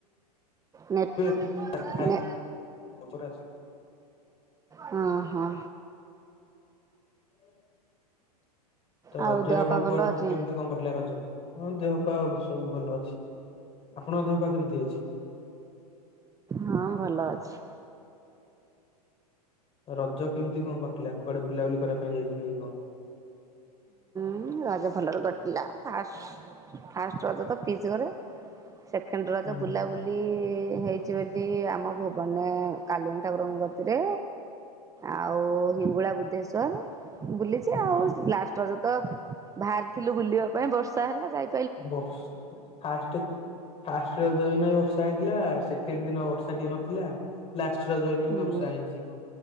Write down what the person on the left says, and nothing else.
<unintelligible>
ହୁଁ। ତ ରଜରେ
ଆପଣ
କୁଆଡେ଼
କଣ କେମିତି କଣ କଟିଲା ରଜ, ହଁ ଦେହ ପା ଆମର ସବୁ ଭଲ ଅଛି। ଆପଣଙ୍କ ଦେହପା କେମିତି ଅଛି?
ରଜ କେମିତି କଣ କଟିଲା, କୁଆଡ଼େ ବୁଲାବୁଲି କରିବା ପାଇଁ ଯାଇଥିଲେ କି କଣ?
ହୁଁ
ଓହୋ
ବର୍ଷ ଫାଷ୍ଟ ଫାଷ୍ଟ ରାଜ ଦିନ ବି ବର୍ଷା ହେଇଥିଲା। ସେକେଣ୍ଡ ଦିନ ବର୍ଷା ଟିକେ ନଥିଲା, ଲାଷ୍ଟ ରଜ ଦିନ
ବି ବର୍ଷା ହେଇଛି